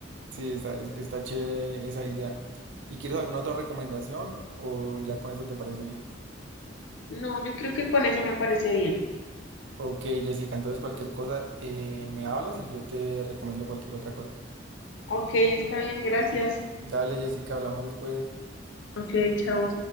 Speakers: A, on the right (about 85°); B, on the left (about 90°).
A: sí, está, es- está chévere esa idea. ¿Y quieres alguna otra recomendación o ya con eso te parece bien?
B: no, yo creo que con eso me parece bien.
A: Ok, Jessica, entonces cualquier cosa eh, me hablas y yo te recomiendo cualquier otra cosa.
B: Ok, está bien, gracias.
A: Dale, Jessica, hablamos después.
B: Ok, chao.